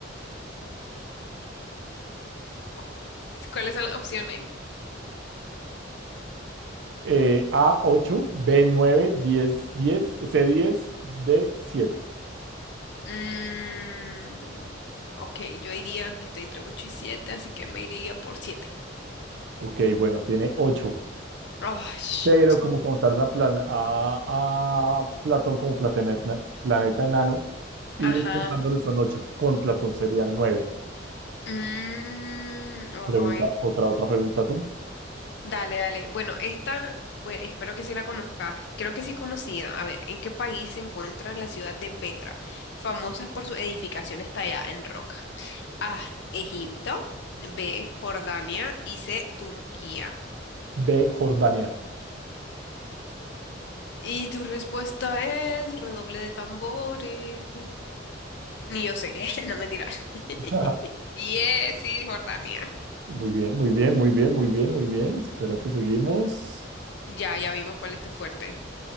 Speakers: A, on the left; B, on the right.
A: Cu- ¿Cuáles son las opciones?
B: Eh, a ocho, b nueve, diez, diez, c 10, d siete.
A: Mm, ok, yo diría que estoy entre 8 y siete así que me iría por siete
B: Ok, bueno, tiene 8.
A: Oh, sh-
B: Pero como contaron a, Plan- a, a Platón como planeta, planeta enano,
A: ajá.
B: y contándole
A: ajá.
B: son ocho, con Platón serían nueve.
A: Mm,
B: Pregunta,
A: ay,
B: otra, otra pregunta tú.
A: Dale, dale. Bueno, esta, bueno, espero que sí la conozcas. Creo que sí es conocida. A ver, ¿en qué país se encuentra la ciudad de Petra, famosa por sus edificaciones talladas en roca? A, Egipto, B, Jordania y C, Turquía.
B: B, Jordania.
A: Y tu respuesta es redoble de tambores. Ni yo sé, <laughs> no mentira. <laughs>
B: <laughs>
A: Yes, sí, Jordania.
B: Muy bien, muy bien, muy bien, muy bien, muy bien. Espérate, seguimos.
A: Ya, ya vimos cuál es tu fuerte.